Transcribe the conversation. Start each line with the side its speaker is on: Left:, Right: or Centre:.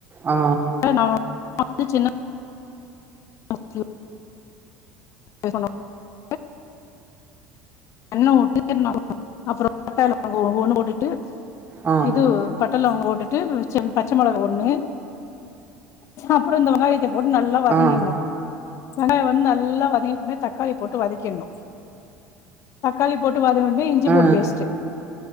Right: ஆ
Left: <inaudible> நா வ நா வந்து சின்ன அ <inaudible> <inaudible> எண்ண வுட்டு <inaudible> அப்புறோ பட்ட லவங்கோ ஒவ்வொண்ணு போட்டுட்டு
Right: ஆ ஆ
Left: இது பட் ட லவங்கோ போட்டுட்டு ச பச்ச மெளகா ப்ன்னு அப்புறோ இந்த வெங்காயத்த போட்டு நல்லா வதங்கிரணு
Right: ஆ
Left: வெங்காயோ வந்து நல்லா வதங்கி னவுனே தக்காளிய போட்டு வதக்கிடணு. தக்காளி போட் டு வதங்குனவுட்னே இஞ்சி
Right: ஆ
Left: பூண்டு பேஸ்ட்டு